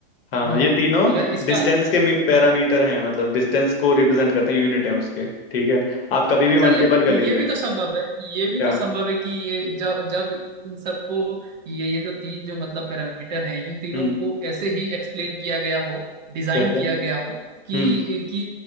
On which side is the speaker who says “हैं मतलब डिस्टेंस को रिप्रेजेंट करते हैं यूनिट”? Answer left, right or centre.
Left